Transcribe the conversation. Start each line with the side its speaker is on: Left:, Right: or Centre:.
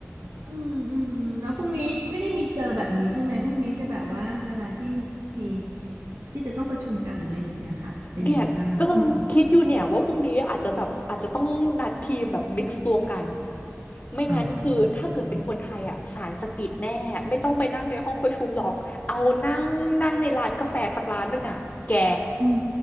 Right: อืมอืมแล้วพรุ่งนี้ไม่ได้มีเจอแบบนี้ใช่ไหมพรุ่งนี้จะแบบว่าเวลาที่มีที่จะต้องประชุมกันหรืออะไรอย่างเงี้ยค่ะเป็นยังไงบ้างอืม
Left: เนี่ยก็กำลังคิดอยู่เนี่ยว่าพรุ่งนี้อาจจะแบบอาจจะต้องนัดทีมแบบมิกซ์รวมกัน ไม่งั้นคือถ้าเกิดเป็นคนไทยอ่ะสายสกิดแน่ไม่ต้องไปนั่งในห้องประชุมหรอกเอานั่งนั่งในร้านกาแฟสักร้านหนึ่งอ่ะแก
Right: อ๋อโอเคอืม